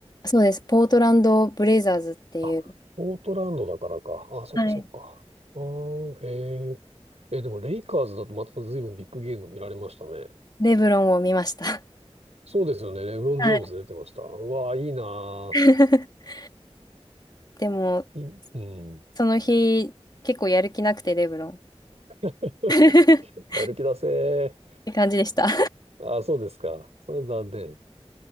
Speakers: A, on the left; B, on the right.
A: そうです、ポートランド・ブレイザーズっていう
B: あ、ポートランドだからか。あ、そっかそっか。
A: はい。
B: ああ、へえ。え、でもレイカーズだとまた随分ビッグゲーム見られましたね。
A: レブロンを見ました。
B: そうですよね。レブロン・
A: はい。
B: ジェームズ出てました。うわあ、いいな
A: <laughs> でも、
B: ーい、うん。
A: その日、結構やる気なくて、レブロン。
B: <laughs>
A: <laughs>
B: やる気出せ
A: って感じでした。
B: ー。あ、そうですか。それ残念。